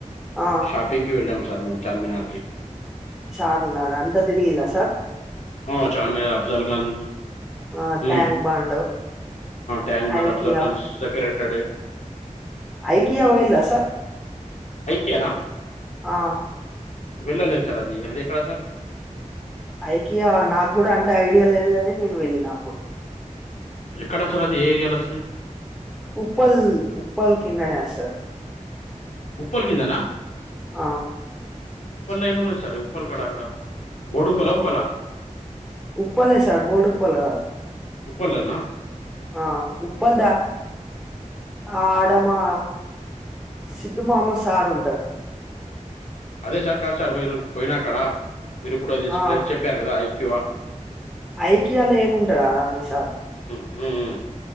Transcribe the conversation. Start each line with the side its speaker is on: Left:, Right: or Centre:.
Centre: ఆ
Left: షాపింగ్కి వెళ్ళము సార్ మేము చార్మినార్కి
Centre: చార్మినార్ అంతది ఇలా సార్
Left: ఆ చార్మినార్ అఫ్జల్గంజ్
Centre: ఆ
Left: మ్
Centre: tank bund
Left: tank bund
Centre: IKEA
Left: అబ్జల్ Khan సెక్రేట్ సడ్
Centre: ఐకియా పొఇళ్ల సార్
Left: ఐకియనా
Centre: ఆ
Left: వెళ్ళలేదు సార్ అది అది ఎక్కడా సార్
Centre: ఐకియా నాకు కూడా అంటే ఐడియా లేదు కాని నేను వెళ్ళిన అప్పుడు
Left: ఎక్కడ సర్ అది ఏ ఏరియాలో వస్తది
Centre: ఉప్పల్ ఉప్పల్ కిందనే వస్తది
Left: ఉప్పలి కిందనా
Centre: ఆ
Left: ఉప్పళ్ళో ఏమున్నది సర్ ఉప్పల్ కడ అక్కడ బోడుప్పలా ఉప్పలా
Centre: ఉప్పలే సార్ బోర్డు ఉప్పల్ కాదు
Left: ఉప్పలన్నా
Centre: ఆ ఉప్పల్దా ఆ ఆడమా సిద్దు మామ సార్ ఉంటారు
Left: అదే సార్ కాదు సార్ మీరు పోయినా కాడా మీరు ఇప్పుడది
Centre: ఆ
Left: ప్లస్ చెప్పారు కదాఐ కివ
Centre: ఐకియాలో ఏముంటా దా అండి సర్
Left: మ్ మ్